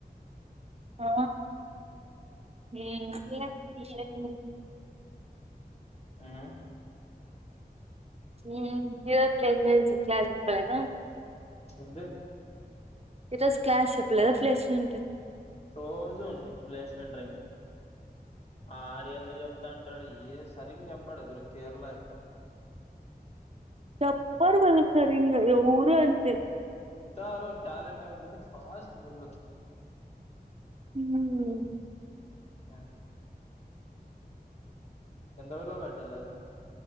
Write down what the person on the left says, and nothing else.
ఆ
ఎంది
రోజు ఉండి ప్లేస్మెంట్ రీ ఆడ్ ఏందో చెప్తంటాడు ఏ సరింగ చెప్పడురు కేరళ ఆయ్పా
తారు టాలెంట్ ఏమో ఉంటున్ది ఫాస్ట్ ఫుల్
ఆ ఎంత వెేళ బ పెట్టాలది